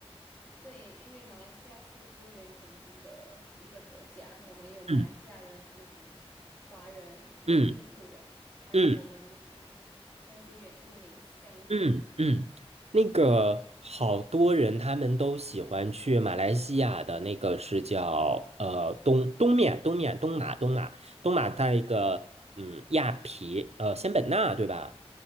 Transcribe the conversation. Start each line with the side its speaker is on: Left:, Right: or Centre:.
Left: 对，因为马来西亚是多元种族的一个国家，我们有马来西亚人，
Right: 嗯
Left: 有华人，有印度人，
Right: 嗯
Left: 还有我们
Right: 嗯。
Left: 那些原住民湘西。
Right: 嗯嗯，那个好多人他们都喜欢去马来西亚的那个是叫呃东东面东面东马东马东马在一个嗯亚皮呃仙本那对吧？